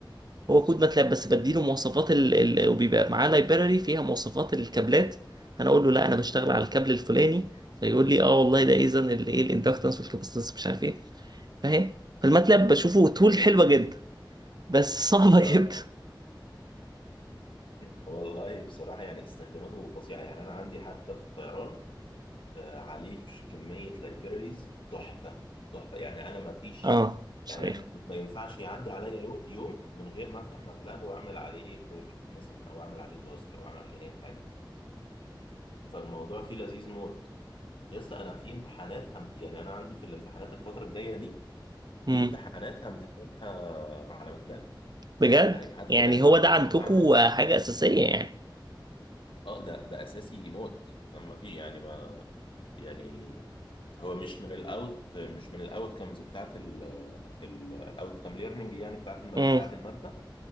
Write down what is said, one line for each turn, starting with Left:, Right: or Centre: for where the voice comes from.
Right: هو كود ماتلاب بس بديله مواصفات ال... ال... وبيبقى معاه لايبراري فيها مواصفات الكابلات انا اقول له لا انا بشتغل على الكابل الفلاني فيقول لي اه
Left: تحفه
Right: والله ده اذا الايه الاندكتنس والكاباستنس مش عارف ايه فاهم فالماتلاب
Left: ايوه
Right: بشوفه
Left: ايوه
Right: تول
Left: لا لذيذ
Right: حلوه جدا بس صعبه
Left: اه
Right: <laughs> جدا
Left: <laughs> والله بصراحة يعني استخداماته فظيعة يعني أنا عندي حتى في الطيران آه، عليك كمية لايبراريز تحفة تحفة يعني أنا ما فيش
Right: اه صحيح
Left: يعني أنا ما ينفعش يعدي عليا لو- يوم من غير ما أفتح ماتلاب وأعمل عليه بروجكت مثلا أو أعمل عليه تاسك أو أعمل عليه أي حاجة فالموضوع فيه لذيذ موت يا اسطى أنا في امتحانات هم... يعني أنا عندي في الامتحانات الفترة الجاية دي في
Right: امم
Left: امتحانات همتحنها على ماتلاب
Right: بجد
Left: هي- هدخل
Right: يعني
Left: المعمل
Right: هو ده
Left: وهعمل
Right: عندكم حاجه اساسيه يعني
Left: أه ده ده أساسي موت فما في يعني ما يعني هو مش من الاوت مش من الاوت كمز بتاعت الاوت كام ليرنينج يعني بتاعت الم...
Right: امم
Left: بتاعت الماده